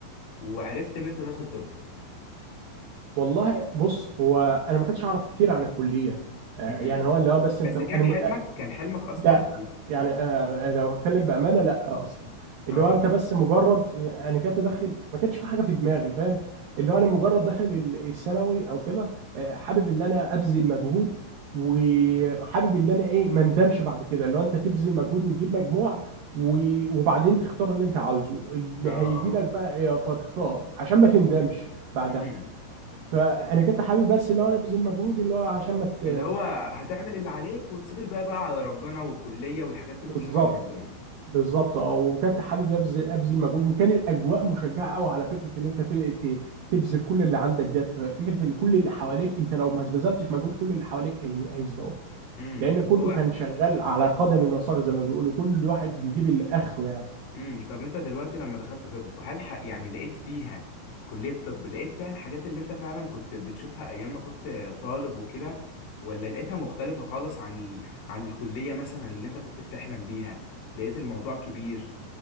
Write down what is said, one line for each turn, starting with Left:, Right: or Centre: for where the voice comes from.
Left: وعرفت ان انت داخل طب
Right: والله بص هو انا ما كنتش اعرف كتير عن الكليه آه،
Left: امم
Right: يعني هو اللي هو بس
Left: بس
Right: انت انا
Left: كان حلمك كان حلمك اصلا
Right: لا
Left: ولا
Right: يعني آه، آه، لو هتكلم بامانه لا آه، اصلا
Left: اه
Right: اللي هو انت بس مجرد انا كنت داخل ما كانش في حاجه في دماغي فاهم اللي هو انا مجرد داخل ال- الثانوي او كده آه، حابب ان انا ابذل مجهود وحابب ان انا ايه ما اندمش بعد كده اللي هو انت تبذل مجهود وتجيب مجموع و- وبعدين تختار اللي انت عاوزه اللي
Left: اه
Right: هيجي لك بقى إيه، فتختار عشان ما تندمش بعدها
Left: اه
Right: فانا كنت حابب بس اللي هو أنا ابذل مجهود اللي هو عشان ما ت...
Left: اللي هو هتعمل اللي عليك وتسيب الباقي بقى على ربنا والكلية والحاجات
Right: بالظبط
Left: دي كلها على ربنا
Right: بالظبط اه وكنت حابب ابذل ابذل مجهود وكان الاجواء مشجعه قوي على فكره ان انت ت- ت- تبذل كل اللي عندك ده فكره ان كل اللي حواليك انت لو ما بذلتش مجهود كل اللي حواليك هي هيسبقوك
Left: امم
Right: لان كله
Left: هو
Right: كان شغال على قدم وساق زي ما بيقولوا كل واحد بيجيب اللي اخره يعني
Left: امم طب انت دلوقتي لما دخلت طب هل ح... يعني لقيت فيها كلية طب لقيت فيها الحاجات اللي انت فعلا كنت بتشوفها ايام ما كنت طالب وكده ولا لقيتها مختلفة خالص عن ال... عن الكلية مثلا اللي انت كنت بتحلم بيها لقيت الموضوع كبير